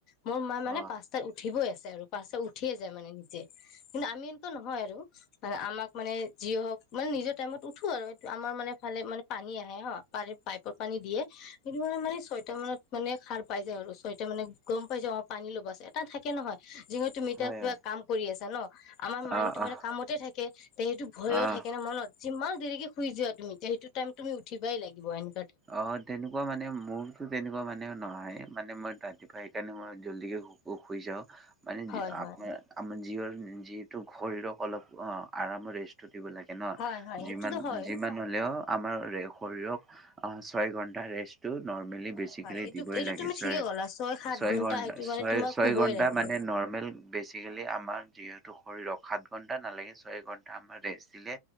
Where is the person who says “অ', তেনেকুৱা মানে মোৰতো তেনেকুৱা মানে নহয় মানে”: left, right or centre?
Right